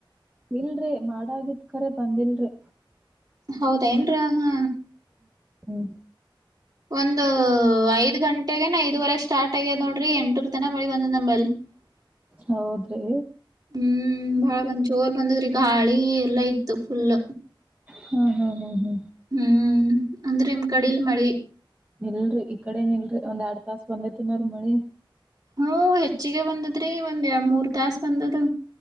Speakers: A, on the right (about 20°); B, on the right (about 50°).
A: ಇಲ್ರರಿ ಮಾಡಾಗಿದ್ಕರ ಬಂದಿಲ್ರಿ
B: ಹೌದಾ ಏನ್ರಾ ಹಾ
A: ಹ್ಮ <unintelligible>
B: ಒಂದು ಐದು ಗಂಟೆನ ಐದುವರೆಗೆ ಸ್ಟಾರ್ಟ್ ಆಗ್ಯದ ನೋಡ್ರಿ ಎಂಟುರ್ ತನ ಮಳಿಂದ್ ನಂಬಲ್ <unintelligible>
A: ಹೌದ್ರಿ
B: ಹ್ಮ್ ಜೋರ್ ಬಂದ ರಿಗ ಗಾಳಿ ಎಲ್ಲಾ ಇತ್ತು ಫುಲ
A: ಹ್ಮ ಹಾ ಹ್ಮ ಹ್ಮ
B: ಹ್ಮ್ ಅಂದ್ರೆ ನಿಮ್ ಕಡಿಲ್ ಮಳಿ
A: ಇಲ್ರರಿ ಈ ಕಡೆನ್ ಇಲ್ರರಿ ಒಂದ್ ಎರಡ್ ತಾಸ ಬಂದೇ ತಿನ್ನವರಿ ಮಳಿ
B: ಹ್ಮ ಹೆಚ್ಚಿಗೆ ಬಂದದ್ರಿ ಒಂದ್ ಎರಡ್ ಮೂರ್ ತಾಸ ಬಂದದ